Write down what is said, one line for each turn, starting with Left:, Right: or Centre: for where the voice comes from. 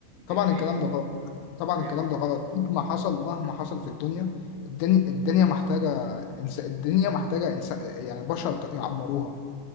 Left: طبعا
Right: دي حقيقه
Left: الكلام ده غلط طبعا
Right: دي
Left: الكلام
Right: حقيقه
Left: ده غلط مهما حصل مهما حصل في الدنيا الدنيا الدنيا محتاجة إنس... الدنيا محتاجة إنس... يعني بشر ت- يعمروها